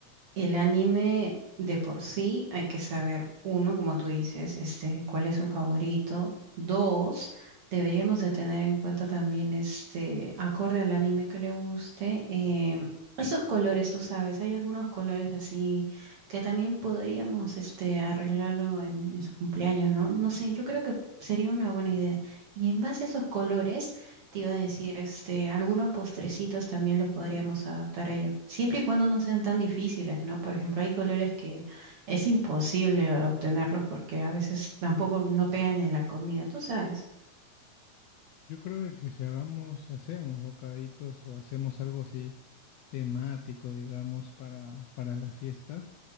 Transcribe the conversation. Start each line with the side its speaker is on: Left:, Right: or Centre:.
Right: el anime de por sí hay que saber, uno, como tú dices, este, cuál es su favorito. Dos, deberíamos de tener en cuenta también, este, acorde al anime que le guste, eh, esos colores, tú sabes, hay algunos colores así que también podríamos, este, arreglarlo en, en su cumpleaños, ¿no? No sé, yo creo que sería una buena idea. Y en base a esos colores te iba a decir, este, algunos postrecitos también lo podríamos adaptar a ello. Siempre y cuando no sean tan difíciles, ¿no? Por ejemplo, hay colores que es imposible obtenerlos porque a veces tampoco no pegan en la comida, tú sabes,
Left: Yo creo de que si hagamos, si hacemos bocaditos o hacemos algo así temático, digamos, para, para la fiesta.